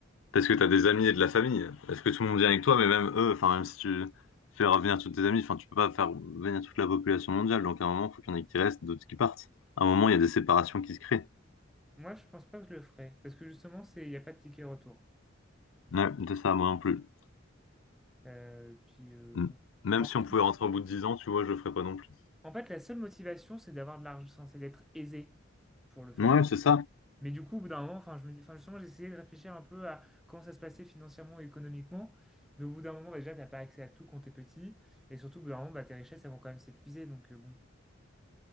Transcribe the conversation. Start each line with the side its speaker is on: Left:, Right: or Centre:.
Left: Parce que t'as des amis et de la famille. Est-ce que tout le monde vient avec toi, mais même eux, enfin même si tu fais revenir tous tes amis, enfin tu peux pas faire venir toute la population mondiale. Donc à un moment, il faut qu'il y en ait qui restent, d'autres qui partent. À un moment, il y a des séparations qui se créent.
Centre: Moi, je pense pas que je le ferais, parce que justement, c'est, il n'y a pas de ticket retour.
Left: Ouais, c'est ça, moi non plus.
Centre: Euh, puis, euh,
Left: Mm.
Centre: bon.
Left: Même
Centre: En
Left: si on pouvait
Centre: fait,
Left: rentrer au bout de 10 ans, tu vois, je le ferais pas non plus.
Centre: en fait, la seule motivation, c'est d'avoir de l'argent, enfin, c'est d'être aisé pour le faire.
Left: Ouais, c'est ça.
Centre: Mais du coup, au bout d'un moment, enfin, je me dis, enfin, justement, j'ai essayé de réfléchir un peu à comment ça se passait financièrement et économiquement. Mais au bout d'un moment, bah, déjà, t'as pas accès à tout quand t'es petit. Et surtout, au bout d'un moment, bah, tes richesses, elles vont quand même s'épuiser. Donc, euh, bon.